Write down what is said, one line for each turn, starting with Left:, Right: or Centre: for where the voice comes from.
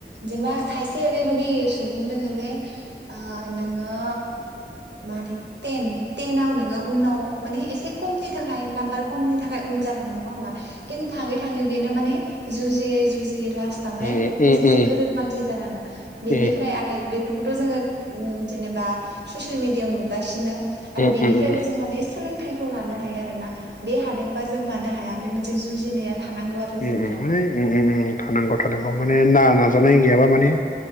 Right: जेनेबा खायसे ओरैबायाददि सुबुं दोङो जे नोङो मादै टेन टेनाव नोङो उनाव माने एसे खमनि थाखाय नाम्बार खमनि थाखाय उन जानाङो नङा होनबा? खिथु थाङै थाङै बेनो माने जुजयै जुयै सासे
Left: उम उम उम
Right: गेदोर मानसि जालाङो बेनिफ्राय
Left: उम
Right: आरो बे खौथ' जोङो जेनेबा ससियेल मिडियायाव नुगासिनो आरो बेनिफ्रायबो
Left: उम
Right: जों माने सोलोंथाइखौ लानो हायो आरोोना बे हादोंबा जों मानो हाया बे मोनसे जुजिनाया थानांगौ आरो
Left: उम
Right: जोंनियाव
Left: उम उम उम थानां गथ। थानांगौ माने ना नाजानाय गैयाबा माने